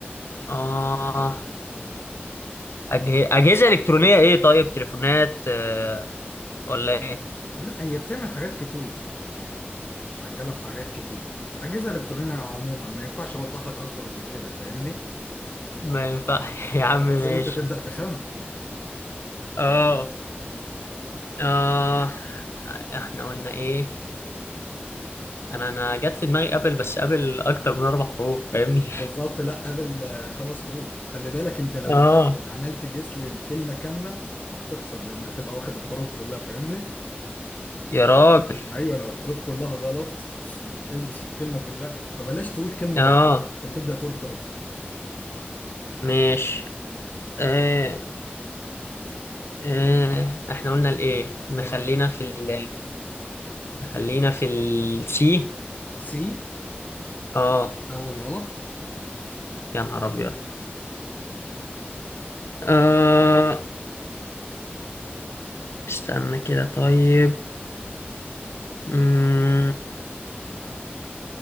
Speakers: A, on the left; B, on the left.
A: اه أجه... اجهزة الكترونية ايه طيب تليفونات أه... ولا ايه
B: لا هي بتعمل حاجات كتير يعني آه، شغاله في حاجات كتير اجهزه الكترونيه عموما ما ينفعش اوضح لك اكتر من كده فاهمني
A: ما ينفع <laughs> يا
B: اه
A: عم ماشي
B: لازم انت تبدأ تخمن
A: اه اه احنا قلنا ايه انا انا جت في دماغي قبل بس قبل اكتر من اربع حروف فاهمني
B: بالظبط لا قبل آه، خمس حروف وخلي بالك انت لو
A: <laughs> اه
B: عملت جس للكلمة كاملة انت هتخسر لان هتبقى واخد الحروف كلها فاهمني
A: يا راجل
B: ايوه لو الحروف كلها غلط هتلبس في الكلمة كلها فبلاش تقول كلمة
A: اه
B: ضايعة انت بتبدأ تقول حروف
A: ماشي آه آه احنا قلنا الايه نخلينا
B: اه
A: في ال... نخلينا في السي
B: سي
A: اه
B: اول غلط
A: يا نهار ابيض آه استنى كده طيب
B: لا
A: مم.